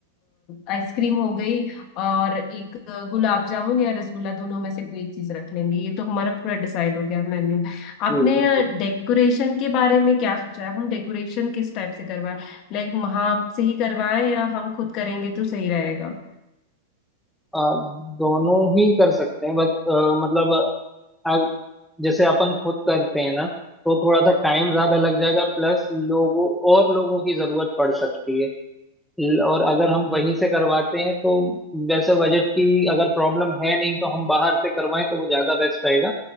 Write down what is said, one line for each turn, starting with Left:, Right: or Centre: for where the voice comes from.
Left: आइसक्रीम हो गई और एक अ, गुलाब जामुन या रसगुल्ला दोनों में से कोई एक चीज रख लेंगे ये तो हमारा पूरा डिसाइड हो गया मेन्यू
Centre: जी
Left: आपने
Centre: बिल्कुल
Left: डेकोरेशन के बारे में क्या सोचा है हम डेकोरेशन किस टाइप से करवाएं लाइक वहां से ही करवाएं या हम खुद करेंगे तो सही रहेगा
Centre: आ, दोनों ही कर सकते हैं बस अ, मतलब अग- जैसे अपन खुद करते हैं ना तो थोड़ा सा टाइम ज्यादा लग जाएगा प्लस लोगों और लोगों की जरूरत पड़ सकती है ल- और अगर हम वहीं से करवाते हैं तो वैसे बजट की अगर प्रॉब्लम है नहीं तो हम बाहर से करवाएं तो वो ज्यादा बेस्ट रहेगा